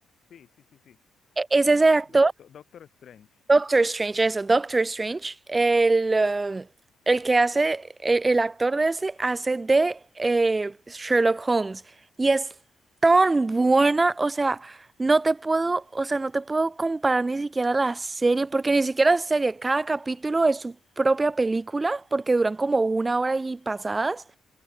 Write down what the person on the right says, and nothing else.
E- Es ese
actor
Doctor Strange, eso, Doctor Strange, el, eh, el que hace, el, el actor de ese hace de eh, Sherlock Holmes. Y es tan buena, o sea, no te puedo, o sea, no te puedo comparar ni siquiera la serie, porque ni siquiera es serie, cada capítulo es su propia película, porque duran como una hora y pasadas.